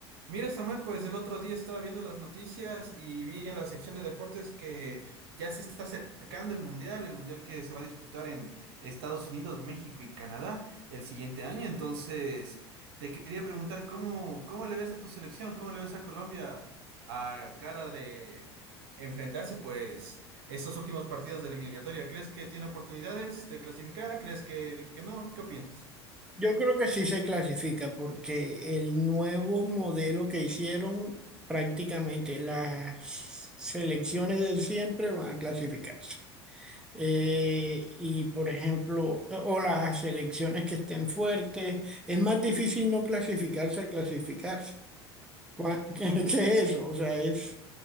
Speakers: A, on the right; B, in the centre.
A: Mira, Samuel, pues el otro día estaba viendo las noticias y vi en la sección de deportes que ya se está acercando el mundial, el mundial que se va a disputar en Estados Unidos, México y Canadá el siguiente año. Entonces, te quería preguntar cómo, cómo le ves a tu selección, cómo le ves a Colombia a cara de enfrentarse, pues, estos últimos partidos de eliminatoria. ¿Crees que tiene oportunidades de clasificar? ¿Crees que, que no? ¿Qué opinas?
B: Yo creo que sí se clasifica porque el nuevo modelo que hicieron, prácticamente las selecciones de siempre van a clasificarse. Eh, y por ejemplo, o las selecciones que estén fuertes, es más difícil no clasificarse a clasificarse. Cua- <laughs> ¿Qué es eso? O sea, es,